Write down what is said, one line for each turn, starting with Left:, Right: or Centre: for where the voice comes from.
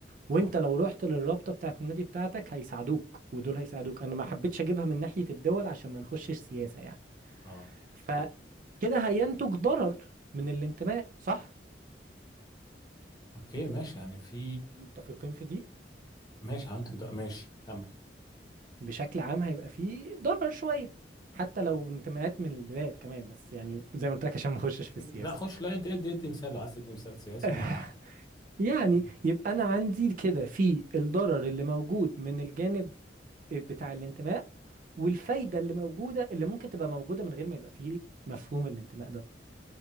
Right: وانت
Left: صح
Right: لو رحت للرابطة بتاعت النادي بتاعتك هيساعدوك ودول هيساعدوك انا ما حبيتش اجيبها من ناحية الدول عشان ما نخشش سياسة يعني
Left: أه
Right: فكده هينتج ضرر من الانتماء صح
Left: أوكي ماشي يعني في
Right: متفقين في دي
Left: ماشي هنتج ده ماشي كمل
Right: بشكل عام هيبقى فيه ضرر شوية حتى لو انتماءات من البلاد كمان بس يعني زي ما قلت لك عشان ما اخشش في السياسة
Left: لا خش لا ادي ادي ادي مثال لو عايز تدي مثال سياسي
Right: <laughs>
Left: وأنا ه-
Right: يعني
Left: هقول
Right: يبقى انا عندي كده في الضرر اللي موجود من الجانب بتاع الانتماء والفايدة اللي موجودة اللي ممكن تبقى موجودة من غير ما يبقى فيه مفهوم الانتماء ده